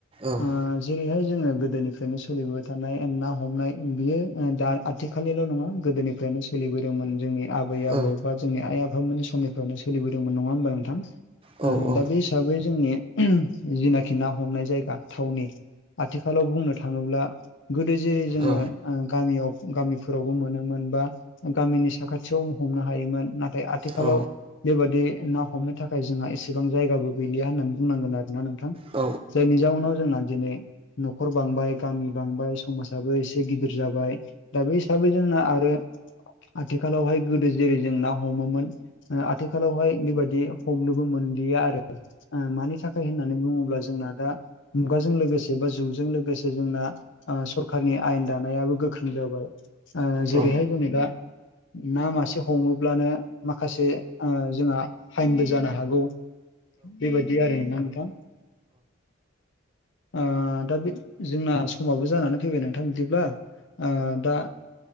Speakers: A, on the right; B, on the left.
A: औ
B: ओ जेरैहाय जोंङो गोदोनिफ्रायनो सोलिबोबाय थानाय ना हमनाय बियो दा आथिखालनिल' नङा गोदोनिफ्रायनो सोलिबोदोंमोन जोंनि आबै
A: औ
B: आबौ बा जोंनि आइ आफा मोननि समनिफ्रावनो सोलिबोदोंमोन नङा होमबा नोंथां
A: औ
B: ओ
A: औ
B: दा बे हिसाबै जोंनि जिनाखि ना हमनाय जायगा थावनि आथिखालाव बुंनो थाङोब्ला गोदो जेरै जोंङो
A: औ
B: गामियाव गामिफोरावबो मोनोमोन बा गामिनि साखाथियाव हमनो हायोमोन ना थाय आथिखालाव
A: औ
B: बेबादि ना हमनो थाखाय जोंहा एसेबां जायगाबो गैलिया होननानै बुंनांगोन आरोना नोंथां
A: औ
B: जायनि जाउनाव जोंना दिनै न'खर बांबाय गामि बांबाय समाजाबो एसे गिदिर जाबाय दा बे हिसाबै जोंना आरो आथिखालावहाय गोदो जेरै जों ना हमोमोन आथिखालावहाय बेबादि हमनोबो मोनलिया आरो ओं थाखाय होननानै बुङोब्ला जोंना दा मुगाजों लोगोसे बा जुगजों लोगोसे जोंना आ सरखारनि आयेन दानायाबो गोख्रों जाबाय आ
A: औ
B: जेरैहाय जोंङो दा ना मासे हमोब्लानो माखासे जोंहा फाइनबो जानो हागौ। बे बायदि आरोना नोंथां ओ दा बे जोंना समाबो जानानै फैबाय नोंथां बिदिब्ला ओ दा